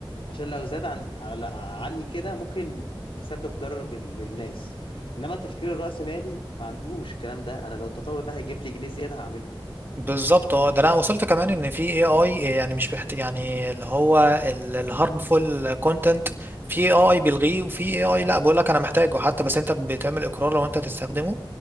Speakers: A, on the left (about 85°); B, on the right (about 25°).
A: عشان لو زاد عن على عني كده ممكن يسبب ضرر بال- للناس إنما تفكير الرأسمالي ما عندوش الكلام ده أنا لو التطور ده هيجيب لي جنيه زيادة هعمله
B: بالظبط اه ده انا وصلت كمان ان في اي اي يعني مش بحت يعني اللي هو الهارمفول كونتنت في اي اي بيلغيه وفي اي اي لا بقول لك انا محتاجه حتى بس انت بتعمل اقرار لو انت تستخدمه